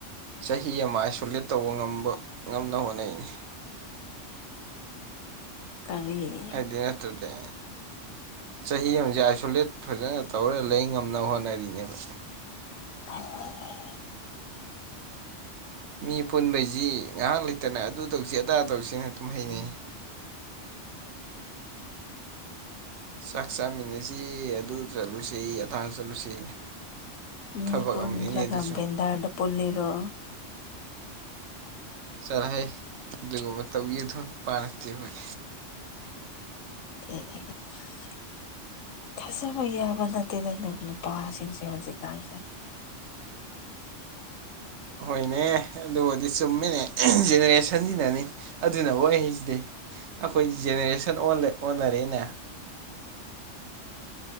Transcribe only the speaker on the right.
ꯆꯍꯤ ꯑꯃ ꯑꯥꯏꯁꯣꯂꯦꯠ ꯇꯧꯕ ꯉꯝꯕ ꯉꯝꯅꯕ ꯍꯣꯠꯅꯩꯅꯤ
ꯀꯩꯗꯧꯢꯅꯣ ꯑꯗꯨꯗꯤ ꯆꯍꯤ ꯑꯝꯖꯦ ꯑꯥꯏꯁꯣꯂꯦꯠ ꯐꯖꯅ ꯇꯧꯔ ꯂꯩ ꯉꯝꯅꯕ ꯍꯣꯠꯅꯔꯤꯅꯦꯕ
ꯃꯤ ꯄꯨꯟꯕꯩꯁꯤ ꯉꯥꯍꯥꯛ ꯂꯩꯇꯅ ꯑꯗꯨ ꯇꯧꯁꯤ ꯑꯗꯥ ꯇꯧꯁꯤꯅ ꯑꯗꯨꯝ ꯍꯥꯢꯅꯩ ꯆꯥꯛ ꯆꯥꯃꯤꯟꯅꯁꯤ ꯑꯗꯨ ꯆꯠꯂꯨꯁꯤ ꯑꯗꯥꯥ ꯆꯠꯂꯨꯁꯤ
ꯊꯕꯛ
ꯑꯃꯅꯤꯅꯦ ꯑꯗꯨꯁꯨ
ꯆꯥꯂꯍꯩ ꯑꯗꯨꯒꯨꯝꯕ ꯇꯧꯕꯤꯒꯗꯕ ꯅꯨꯄꯥ ꯅꯠꯇꯦ ꯑꯈꯣꯢ
ꯍꯣꯏꯅꯦ ꯑꯗꯨꯕꯨꯗꯤ ꯆꯨꯝꯃꯤꯅꯦ ꯖꯦꯅꯦꯔꯦꯁꯟꯁꯤꯅꯅꯤ ꯑꯗꯨꯅ ꯑꯣꯏꯅꯤ ꯁꯤꯗꯤ ꯑꯈꯣꯏꯗꯤ ꯖꯦꯅꯦꯔꯦꯁꯟ ꯑꯣꯟꯂꯦ ꯑꯣꯟꯅꯔꯦꯅꯦ